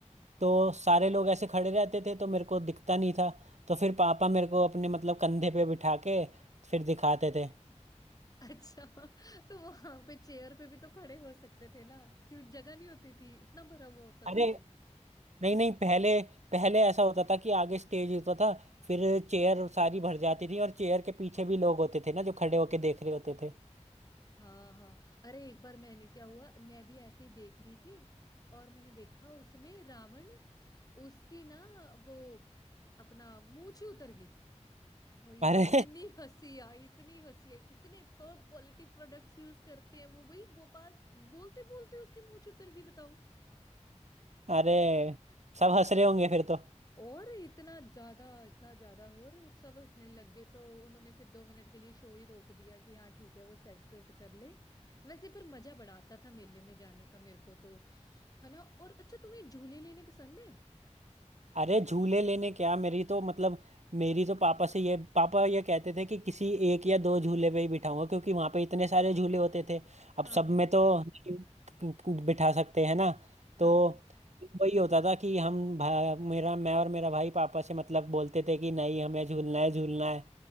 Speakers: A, on the right; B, on the left.
A: तो सारे लोग ऐसे खड़े रहते थे तो मेरे को दिखता नहीं था तो फिर पापा मेरे को अपने मतलब कंधे पे बिठा के फिर दिखाते थे
B: अच्छा तो वहां पे चेयर पे भी तो खड़े हो सकते थे ना क्यों जगह नहीं होती थी इतना भरा हुआ होता
A: अरे
B: था वो
A: नहीं नहीं पहले पहले ऐसा होता था कि आगे स्टेज होता था फिर चेयर सारी भर जाती थी और चेयर के पीछे भी लोग होते थे ना जो खड़े होके देख रहे होते थे
B: हाँ हाँ अरे एक बार मैंने क्या हुआ मैं भी ऐसे ही देख रही थी और मैंने देखा उसमें रावण उसकी ना वो अपना मूंछ ही उतर गई भाई
A: अरे
B: इतनी हंसी आई इतनी हंसी आई इतने थर्ड क्वालिटी प्रोडक्ट्स यूज करते हैं वो भाई वो बात बोलते बोलते उसकी मूंछ उतर गई बताओ
A: <laughs> अरे सब हंस रहे होंगे फिर तो
B: और इतना ज्यादा इतना ज्यादा और सब हंसने लग गए तो उन्होंने फिर दो मिनट के लिए शो ही रोक दिया कि हाँ ठीक है वो सेट सूट कर ले वैसे पर मजा बड़ा आता था मेले में जाने का मेरे को तो है ना और अच्छा तुम्हें झूले लेने पसंद है
A: अरे झूले लेने क्या मेरी तो मतलब मेरी तो पापा से ये पापा ये कहते थे कि किसी एक या दो झूले पे ही बिठाऊंगा क्योंकि वहां पे इतने सारे झूले होते थे अब
B: हाँ
A: सब में तो नहीं बिठा सकते हैं ना
B: हाँ
A: तो वही होता था कि हम भा, मेरा मैं और मेरा भाई पापा से मतलब बोलते थे कि नहीं हमें झूलना है झूलना है